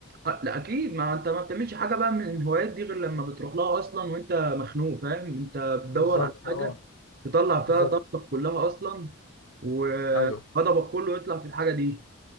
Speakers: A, on the right; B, on the left.
A: آه، لا اكيد ما انت ما بتعملش حاجه بقى من الهوايات دي غير لما بتروح لها اصلا وانت مخنوق فاهم انت بتدور
B: بالظبط
A: على حاجه
B: اه
A: تطلع فيها
B: بالظبط
A: طاقتك كلها اصلا وغضبك
B: ايوه
A: كله يطلع في الحاجه دي